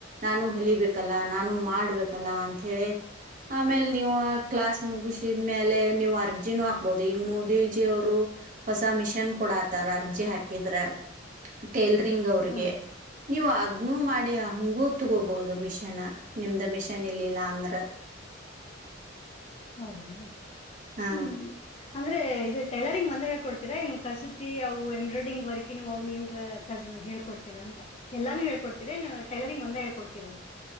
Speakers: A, on the right; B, on the left.
A: ನಾನು ಹೊಲಿಬೇಕಲ್ಲ ನಾನು ಮಾಡ್ಬೇಕು ಲ್ಲಾ ಅಂತ ಹೇಳಿ ಆಮೇಲ್ ನೀವು ಕ್ಲಾಸ್ ಮುಗಿಸಿದ್ಮೇಲೆ ನೀವು ಅರ್ಜಿನೂ ಹಾಕ್ಬೋದು ಈಗ ಮೋದಿಜಿ ಅವರು ಹೊಸ ಮಿಷನ್ ಕೊಡಾತಾರ ಅರ್ಜಿ ಹಾಕಿದ್ರೆ ಟೇಲರಿಂಗ್ ಅವ್ರಿಗೆ
B: ಹಾ
A: ನೀವು ಅ ನೀವ್ ಮಾಡಿ ಹಂಗೂ ತಗೋಬಹುದು ಮಿಷನ್ ಆ ನಿಮ್ದ ಮಿಷನ್ ಇಲ್ಲಿಲ್ಲ ಅಂದ್ರ
B: ಹೌದ ಏನ್ರಿ
A: ಹಾ
B: ಹ್ಮ್ ಅಂದ್ರೆ ಇದು ಟೈಲರಿಂಗ್ ಒಂದೇ ಹೇಳ್ಕೊಡ್ತಿರಾ ಏನ್ ಕಸೂತಿ ಅವು ಎಂಬ್ರಾಯ್ಡ್ರಿಂಗ್ ವರ್ಕಿನು ಅವು ಎನ್ರ ಕಸ ಹೇಳ್ಕೊಡ್ತೀರಾ ಅಂತ ಎಲ್ಲಾನು ಹೇಳ್ಕೊಡತಿರೇನ್ ಟೈಲರಿಂಗ್ ಒಂದ ಹಳ್ಕೊಡ್ತೀರ ಅಂತ